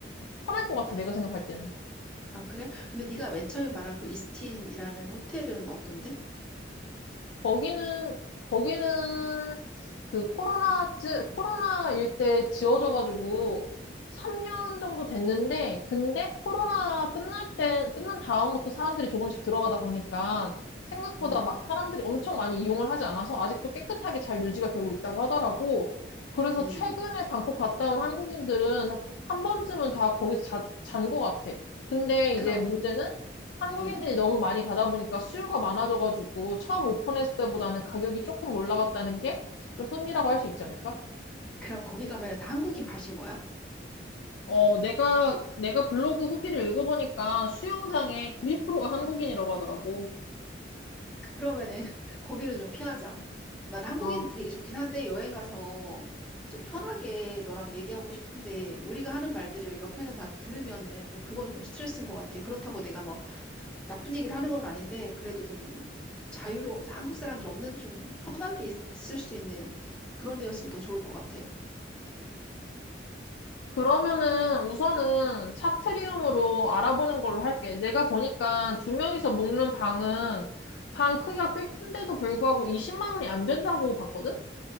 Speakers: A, on the left (about 75°); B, in the centre.
A: 편할 것 같아, 내가 생각할 때는.
B: 아, 그래? 근데 네가 맨 처음에 말한 그 이스틴이라는 호텔은 어떤데?
A: 거기는, 거기는 그 코로나, 코로나일 때 지어져가지고 3년 정도 됐는데, 근데 코로나 끝날 때, 끝난 다음부터 사람들이 조금씩 들어가다 보니까 생각보다
B: 응,
A: 막 사람들이 엄청 많이 이용을 하지 않아서 아직도 깨끗하게 잘 유지가 되고 있다고 하더라고. 그래서
B: 응.
A: 최근에 방콕 갔다 온 한국인들은 한 번쯤은 다 거기서 자, 잔것 같아. 근데 이제
B: 그럼
A: 문제는 한국인들이
B: 응
A: 너무 많이 가다 보니까 수요가 많아져가지고 처음 오픈했을 때보다는 가격이 조금 올라갔다는 게 좀 흠이라고 할 수 있지 않을까?
B: 그럼 거기 가면 다 한국인 밭인 거야?
A: 어, 내가, 내가 블로그 후기를 읽어보니까 수영장의 90%가 한국인이라고 하더라고.
B: 그러면은 <laughs> 거기는 좀 피하자. 난 한국인이
A: 아,
B: 되게 좋긴 한데 여행 가서 좀 편하게 너랑 얘기하고 싶은데 우리가 하는 말들을 옆에서 다 들으면은 좀 그건 좀 스트레스인 것 같아. 그렇다고 내가 뭐 나쁜 얘기를 하는 건 아닌데 그래도 좀 자유로 한국 사람들 없는 좀 편하게 있을 수 있는 그런 데였으면 더 좋을 것 같아.
A: 그러면은 우선은 차트리움으로 알아보는 걸로 할게. 내가 보니까 두 명이서 묵는 방은 방 크기가 꽤 큰데도 불구하고 20만 원이 안 된다고 봤거든?